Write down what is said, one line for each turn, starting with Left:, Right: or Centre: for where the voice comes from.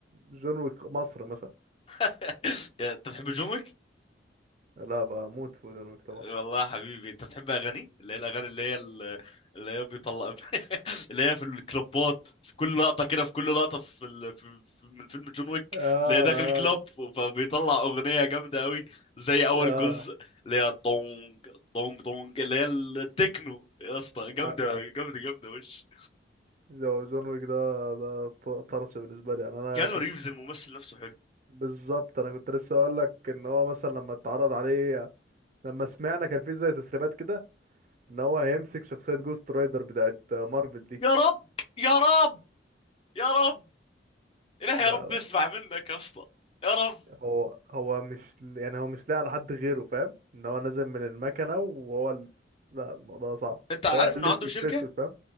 Right: جون ويك مصر مثلا
Left: <laughs> انت بتحب جومك
Right: لا بموت في جون ويك طبعا
Left: والله يا حبيبي انت بتحب اغاني اللي هي الاغاني اللي هي ال- اللي هي بيطلع <laughs> اللي هي في الكلوبات في كل لقطه كده في كل لقطه في, ال... في... في... من فيلم جون ويك
Right: آه آه
Left: اللي هي داخل كلوب فبيطلع اغنيه جامده قوي زي اول
Right: اه
Left: جزء اللي هي طونج طونج طونج اللي هي التكنو يا اسطى جامده
Right: ع-
Left: جامده جامده وش
Right: جو- جون ويك ده ده ط- طرش بالنسبه لي يعني انا
Left: كانوا
Right: كنت
Left: ريفز الممثل نفسه حلو
Right: بالظبط انا كنت لسه اقول لك ان هو مثلا لما اتعرض عليه لما سمعنا كان في زي تسريبات كده ان هو هيمسك شخصيه جوست رايدر بتاعت مارفل دي
Left: يا رب يا رب يا رب إله يا
Right: ده
Left: رب
Right: ده-
Left: نسمع منك يا اسطى يا رب
Right: هو هو مش يعني هو مش لاقي على حد غيره فاهم ان هو نازل من المكنه وهو ال... لا الموضوع صعب
Left: انت عارف
Right: هو الاسود
Left: انه عنده شركه
Right: في اسود فاهم